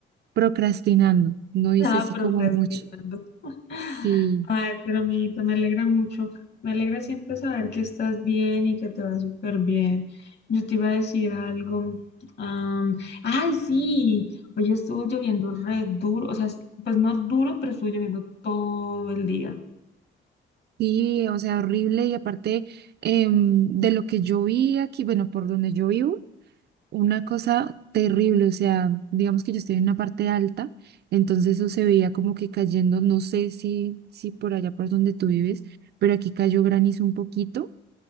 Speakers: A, on the right; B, on the left.
A: procrastinando, no hice
B: Ah,
A: así
B: procrastinando.
A: como mucho.
B: <laughs>
A: Sí,
B: Ay, pero amiguita, me alegra mucho. Me alegra siempre saber que estás bien y que te va súper bien. Yo te iba a decir algo. am, ay, sí, hoy estuvo lloviendo re duro, o sea, pues no duro, pero estuvo lloviendo todo el día.
A: sí, o sea, horrible y aparte em, de lo que yo vi aquí, bueno, por donde yo vivo. una cosa terrible, o sea, digamos que yo estoy en una parte alta, entonces eso se veía como que cayendo, no sé si, si por allá por donde tú vives, pero aquí cayó granizo un poquito